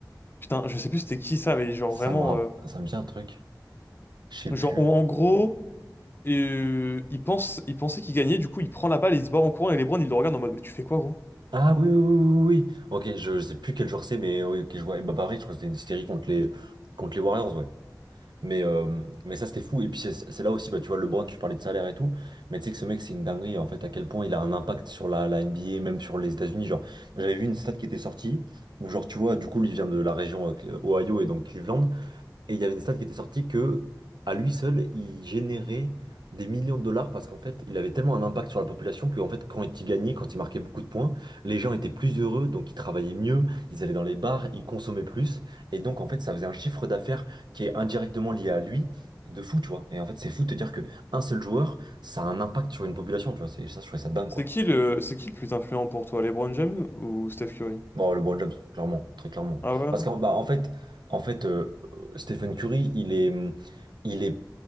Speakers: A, on the left; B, on the right.
A: Putain, je sais plus c'était qui ça, mais genre
B: ça
A: vraiment.
B: me rapp-
A: euh,
B: ça me vient un truc, je sais
A: Genre,
B: plus.
A: en en gros. euh, il pense, il pensait qu'il gagnait, du coup il prend la balle, il se barre en courant et LeBron il le regarde en mode mais tu fais quoi gros?
B: Ah oui, oui, oui, oui. oui. Ok, je, je sais plus quel joueur c'est, mais oui, ok, je vois Ibaka, je crois que c'était une série contre les, contre les Warriors, ouais. Mais, euh, mais ça, c'était fou. Et puis, c'est c'est là aussi, bah, tu vois, LeBron, tu parlais de salaire et tout. Mais tu sais que ce mec, c'est une dinguerie, en fait, à quel point il a un impact sur la, la NBA, même sur les États-Unis. Genre, j'avais vu une stat qui était sortie, où, genre, tu vois, du coup, lui, il vient de la région euh, Ohio et donc Cleveland. Et il y avait une stat qui était sortie que, à lui seul, il générait des millions de dollars parce qu'en fait, il avait tellement un impact sur la population que, en fait, quand il gagnait, quand il marquait beaucoup de points, les gens étaient plus heureux, donc ils travaillaient mieux, ils allaient dans les bars, ils consommaient plus. Et donc, en fait, ça faisait un chiffre d'affaires qui est indirectement lié à lui, de fou, tu vois. Et en fait, c'est fou de te dire que un seul joueur, ça a un impact sur une population, tu vois. C'est ça, je trouvais ça dingue,
A: C'est
B: quoi.
A: qui le, c'est qui le plus influent pour toi, LeBron James ou Steph Curry?
B: Bon, LeBron James, clairement, très clairement.
A: Ah ouais?
B: Parce qu'en bah, en fait, en fait euh, Stephen Curry, il est, il est,